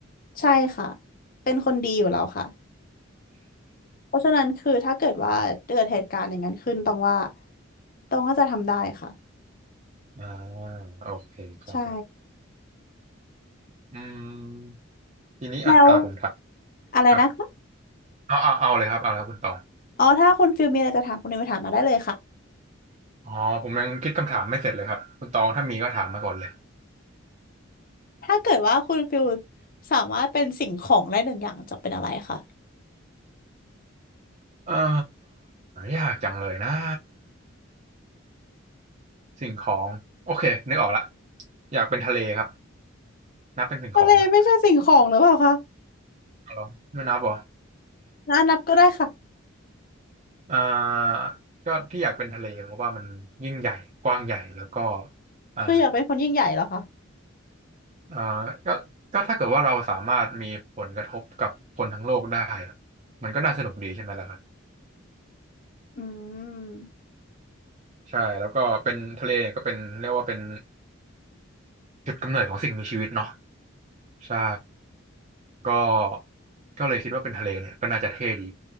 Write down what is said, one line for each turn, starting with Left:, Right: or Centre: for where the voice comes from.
Left: ใช่ค่ะเป็นคนดีอยู่แล้วค่ะ เพราะฉะนั้นคือถ้าเกิดว่าเกิดเหตุการณ์อย่างนั้นขึ้นต้องว่าต้องก็จะทำได้ค่ะ
Right: อ่าโอเคครับผม
Left: ใช่
Right: อืมทีนี้อ่ะตาผมถาม
Left: แล้วอะไรนะคะ
Right: ครับเอาเอาเอาเลยครับเอาแล้วคุณตอง
Left: อ๋อถ้าคุณฟิลมีอะไรจะถามคุณนิวถามมาได้เลยค่ะ
Right: อ๋อผมยังคิดคำถามไม่เสร็จเลยครับคุณตองถ้ามีก็ถามมาก่อนเลย
Left: ถ้าเกิดว่าคุณฟิลสามารถเป็นสิ่งของได้หนึ่งอย่างจะเป็นอะไรคะ
Right: อ่ายากจังเลยนะสิ่งของโอเคนึกออกละอยากเป็นทะเลครับนับเป็นสิ่งของไหม
Left: ทะเลไม่ใช่สิ่งของหรือเปล่าคะ
Right: เอาลองไม่นับเหรอ
Left: นะนับก็ได้ค่ะ
Right: <laughs> อ่าก็ที่อยากเป็นทะเลเพราะว่ามันยิ่งใหญ่กว้างใหญ่แล้วก็อ่า
Left: คืออยากเป็นคนยิ่งใหญ่เหรอคะ
Right: อ่าก็ก็ถ้าเกิดว่าเราสามารถมีผลกระทบกับคนทั้งโลกได้อะมันก็น่าสนุกดีใช่ไหมล่ะครับ
Left: อืม
Right: ใช่แล้วก็เป็นทะเลเนี่ยก็เป็นเรียกว่าเป็นจุดกำเนิดของสิ่งมีชีวิตเนาะใช่ก็ก็เลยคิดว่าเป็นทะเลเนี่ยก็น่าจะเท่ดี